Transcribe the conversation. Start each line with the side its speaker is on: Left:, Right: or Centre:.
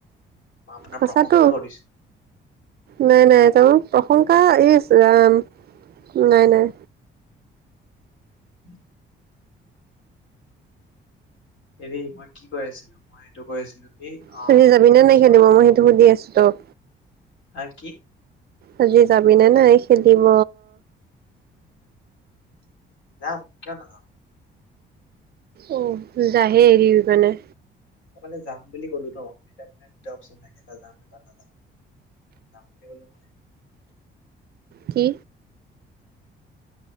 Left: মই আপোনাৰ
Right: সঁচাতো
Left: প্ৰশংসা কৰিছো।
Right: নাই নাই <unintelligible> প্ৰশংসা, ইছ ৰাম নাই নাই।
Left: <unintelligible> হেৰি মই কি কৰি আছিলো, মই এইটো কৈ আছিলো। কি
Right: সুধি
Left: অ
Right: যাবি নে নাই
Left: ওচৰটোতে
Right: খেলিব মই
Left: লগ
Right: সেইটো সুধি আছো তোক?
Left: হা কি?
Right: আজি যাবিনে নাই খেলিব?
Left: যাম, কিয় নাযাম!
Right: অ' যাহে এৰিবি মানে।
Left: ক'বালে যাম বুলি ক'লো ন, এতিয়া মানে দুটা অপচন থাকে এটা যাম, এটা নাযাম। যাম বুলি কলো মই।
Right: কি?